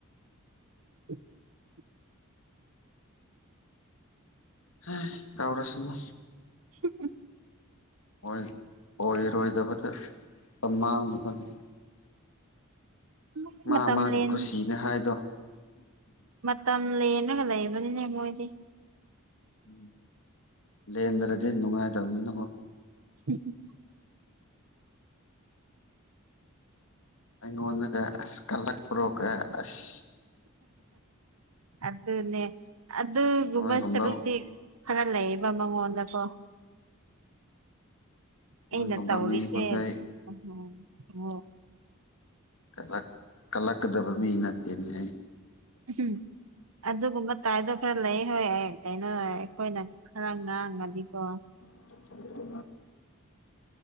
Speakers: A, on the right; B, on the left.
A: <inaudible>
B: ꯍ ꯇꯧꯔꯁꯅꯨ
A: <inaudible>
B: ꯍꯣꯏ ꯑꯣꯏꯔꯣꯏꯗꯕꯗ ꯃꯇꯝ ꯃꯥꯡꯅꯅꯤ
A: ꯃꯣꯏꯗꯤ
B: ꯃꯥ
A: ꯃꯇꯝ
B: ꯃꯥꯒꯤ
A: ꯂꯦꯟ
B: ꯀꯨꯁꯤꯅꯦ ꯍꯥꯏꯗꯣ
A: ꯇꯝꯂꯦꯅꯒ ꯂꯩꯕꯅꯤꯅꯦ ꯃꯣꯏꯗꯤ
B: ꯎꯝ ꯂꯦꯟꯗ꯭ꯔꯗꯤ ꯅꯨꯡꯉꯥꯏꯇꯕꯅꯤꯅꯀꯣ
A: ꯎꯝ
B: ꯑꯩꯉꯣꯡꯗꯒ ꯀꯂꯛ ꯄꯨ꯭ꯔꯣ ꯀꯥꯏ ꯑꯁ
A: ꯑꯗꯨꯅꯦ ꯑꯗꯨꯒꯨꯝꯕ
B: ꯅꯣꯏꯒꯨꯝꯕ
A: ꯁꯔꯨꯛꯇꯤ ꯈꯔ ꯂꯩꯑꯦꯕ ꯃꯉꯣꯟꯗꯀꯣ
B: ꯅꯣꯏꯒꯨꯝꯕ
A: ꯑꯩꯅ ꯇꯧꯔꯤꯁꯦ
B: ꯃꯤꯕꯨꯗꯤ ꯑꯩ
A: ꯑꯣꯍꯣ
B: ꯀꯂꯛ ꯀꯜꯂꯛꯀꯗꯕ ꯃꯤ ꯅꯠꯇꯦꯅꯤ ꯑꯩ
A: ꯎꯝ ꯑꯗꯨꯒꯨꯝꯕ ꯇꯥꯏꯗꯣ ꯈꯔ ꯂꯩ ꯍꯣꯏ ꯑꯩ ꯀꯩꯅ ꯑꯩꯈꯣꯏꯅ ꯈꯔ ꯉꯥꯡꯉꯗꯤꯀꯣ
B: ꯎ